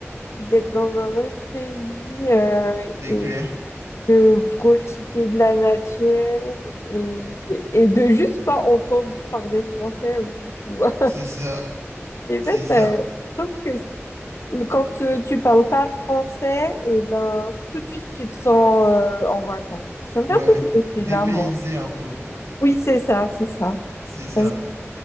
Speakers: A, on the left; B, on the right.
A: d'être dans un autre pays euh,
B: c'est
A: et
B: clair.
A: de profiter de la nature et, et de juste pas entendre parler français aussi, tu vois.
B: C'est ça.
A: Je sais
B: C'est
A: pas,
B: ça.
A: ça- je trouve que c- quand euh, tu parles pas français, et ben tout de suite tu te sens euh, en vacances. Ça me
B: Ouais.
A: fait un peu cet effet-là,
B: Dépaysé
A: moi.
B: un peu, quoi.
A: Oui, c'est ça, c'est ça.
B: C'est ça.
A: Ça me...